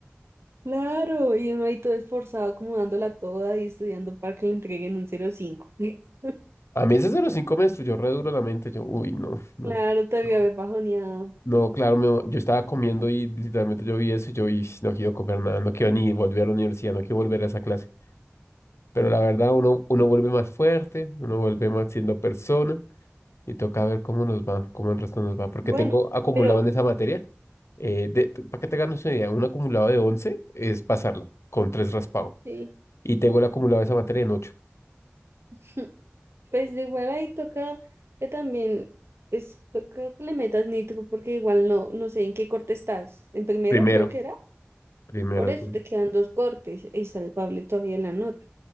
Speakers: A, on the right; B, on the left.
A: Claro, y uno ahí todo esforzado, como dándola toda y estudiando para que le entreguen un cero coma cinco. <laughs>
B: A mí ese cero coma cinco me destruyó re duro la mente. Yo, uy, no, no.
A: Claro, te debió
B: no,
A: haber bajoneado.
B: No, claro, me- yo estaba comiendo y literalmente yo vi eso y yo y no quiero comer nada, no quiero ni volver a la universidad, no quiero volver a esa clase. Pero la verdad, uno, uno vuelve más fuerte, uno vuelve más siendo persona y toca ver cómo nos va, cómo el resto nos va. Porque
A: Bueno,
B: tengo acumulado
A: pero
B: en esa materia, eh, de, para que te hagas una idea, un acumulado de 11 es pasarlo con tres raspado.
A: sí,
B: Y tengo el acumulado de esa materia en ocho
A: <laughs> pues de igual ahí toca que también, es toca que le metas nitro, porque igual no, no sé en qué corte estás. En primero
B: Primero,
A: creo que era,
B: primero.
A: por eso
B: es- bueno.
A: te quedan dos cortes y salvable todavía en la nota.